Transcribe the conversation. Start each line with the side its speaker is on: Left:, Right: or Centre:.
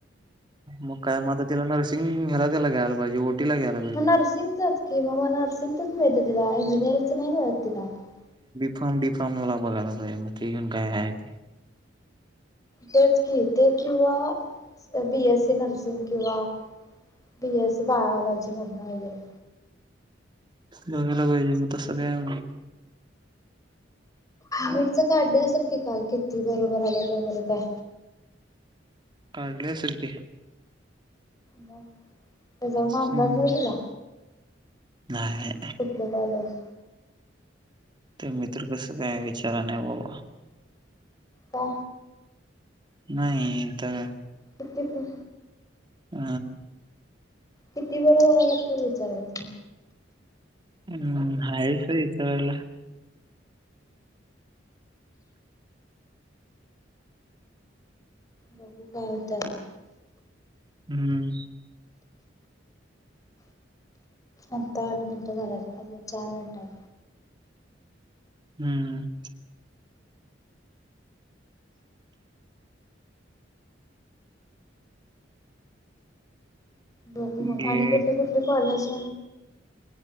Right: मग काय मता तिला नरसिंग ह्याला त्याला घ्यायला पाहिजे. ओटीला घ्यायला पाहिजे.
Left: मग नर्सिंगचच कि मग म नर्सिंगचच मिळत तिला इंजिनिअरिंगच नाही मिळत तिला आता.
Right: फॉम डीफॉमला बघायला पाहिजे मग ते घेऊन काय हाहे ते.
Left: तेच की ते किंवा बीएससी नर्सिंग किंवा, बीएससी बायलॉजी मधनं वगैरे.
Right: बघायला पाहीजे म तस काय आ
Left: मीटच काड्डल असेल कि काल किती बरोबर आल्या त्या बर काय.
Right: काढले असेल की.
Left: म. त्याचाउन
Right: हम्म.
Left: अंदाज नाही तुला
Right: नाही
Left: कुठलं कायलस.
Right: तर मित्र कस काय विचारा नाही बाबा.
Left: का?
Right: नाही तर.
Left: किती.
Right: अ.
Left: किती बरोबर आल्यात तेवढं विचारायचं.
Right: हम्म आहेत ते विचारला.
Left: बघू काय होत आता.
Right: हम्म.
Left: आता आठ मिनिटं झाल्यात अजून चार मिनिटात.
Right: हम्म.
Left: बघू मग
Right: घे.
Left: आणि कुठली कुठली कॉलेज